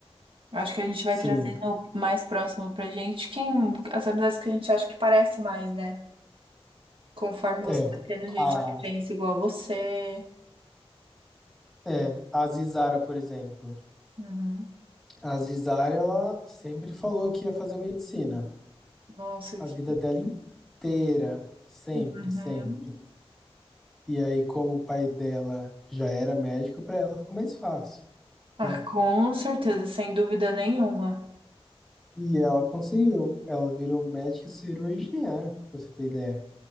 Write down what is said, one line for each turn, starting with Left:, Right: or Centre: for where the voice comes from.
Right: Eu acho que a gente vai
Centre: sim.
Right: trazendo mais próximo pra gente quem, as amizades que a gente acha que parece mais, né? Conforme
Centre: É.
Right: você vai tendo gente
Centre: A,
Right: que pensa igual a você.
Centre: é, a Zizara, por exemplo.
Right: Uhum.
Centre: A Zizara, ela sempre falou que ia fazer medicina.
Right: Nossa,
Centre: a
Right: que...
Centre: vida dela inteira, sempre,
Right: Uhum.
Centre: sempre. E aí, como o pai dela já era médico, para ela ficou mais fácil,
Right: Ah,
Centre: né?
Right: com certeza, sem dúvida nenhuma.
Centre: E ela conseguiu, ela virou médica cirurgiã, pra você ter ideia.